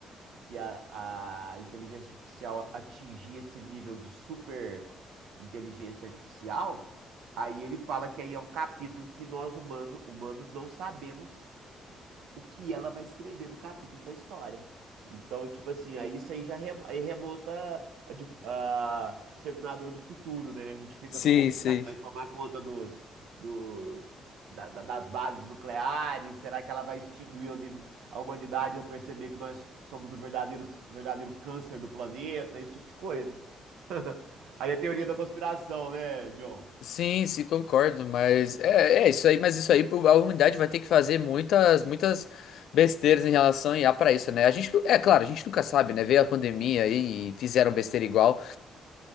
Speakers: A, on the right (about 85°); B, on the left (about 75°).
A: que a, a inteligência artificial atingir esse nível de super inteligência artificial, aí ele fala que aí é um capítulo que nós humano, humanos não sabemos o que ela vai escrever no capítulo da história. Então, tipo assim, aí isso aí já re- aí remonta a, de- a Exterminador do Futuro, né? A gente fica,
B: sim,
A: pô,
B: sim.
A: será que vai tomar conta dos, do, da- da- das bases nucleares? Será que ela vai extinguir a uni- a humanidade ao perceber que nós somos o verdadeiro, verdadeiro câncer do planeta? Esse tipo de coisa. <laughs> Aí a teoria da conspiração, né, John?
B: Sim, sim, concordo, mas é, é isso aí, mas isso aí pô, a humanidade vai ter que fazer muitas, muitas besteiras em relação a IA para isso, né? A gente, nu- é claro, a gente nunca sabe, né? Veio a pandemia aí e fizeram besteira igual,